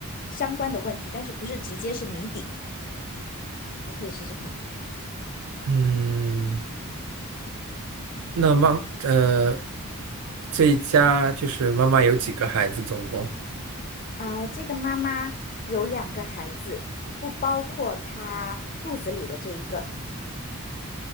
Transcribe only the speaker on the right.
嗯，那妈，呃，这一家就是妈妈有几个孩子总共？